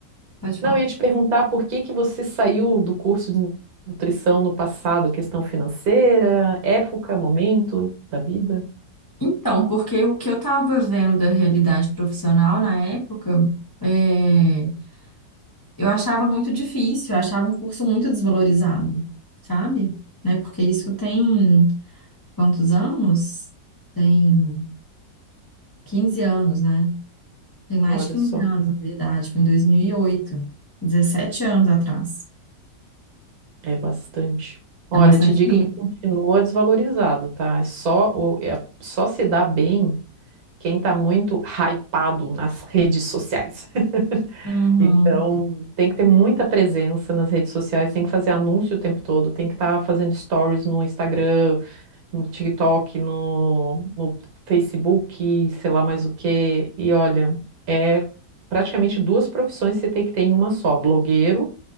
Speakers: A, on the left (about 30°); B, on the right (about 60°).
A: Pode
B: Não,
A: falar.
B: eu ia te perguntar por que que você saiu do curso de nutrição no passado, questão financeira, época, momento da vida.
A: Então, porque o que eu estava vendo da realidade profissional na época, é, eu achava muito difícil, eu achava um curso muito desvalorizado, sabe? Né? Porque isso tem quantos anos? Tem 15 anos, né? Tem mais
B: Olha
A: de quinze
B: só,
A: anos, na verdade, foi em dois mil e oito 17 anos atrás.
B: é bastante. Olha,
A: É bastante
B: te digo
A: tempo.
B: que continua desvalorizado, tá? É só, o- é- só se dá bem quem tá muito hypado nas redes sociais. <laughs>
A: Uhum.
B: Então, tem que ter muita presença nas redes sociais, tem que fazer anúncio o tempo todo, tem que estar fazendo stories no Instagram, no TikTok, no, no Facebook, sei lá mais o quê. E olha, é praticamente duas profissões que você tem que ter em uma só: blogueiro